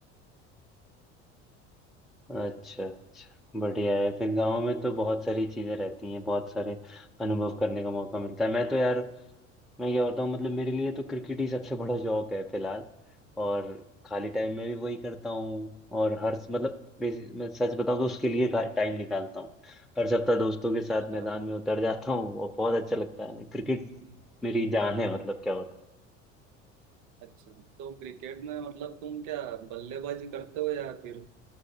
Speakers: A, in the centre; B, on the right (about 55°).
A: अच्छा अच्छा बढ़िया है फिर गांव
B: हाँ,
A: में तो बहुत सारी चीजें रहती हैं बहुत सारे अनुभव करने का मौका मिलता है मैं तो यार मैं क्या बताऊँ मतलब मेरे लिए तो क्रिकेट ही सबसे बड़ा शौक है फिलहाल और खाली टाइम में भी वही करता हूँ और हर मतलब बेसि- मैं सच बताऊँ तो उसके लिए टाइम निकालता हूँ हर सप्ताह दोस्तों के साथ
B: अच्छा
A: मैदान में उतर जाता हूँ वो बहुत अच्छा लगता है मैं क्रिकेट
B: हम्म,
A: मेरी जान है मतलब क्या होता
B: अच्छा तो क्रिकेट में मतलब तुम क्या बल्लेबाजी करते हो या फिर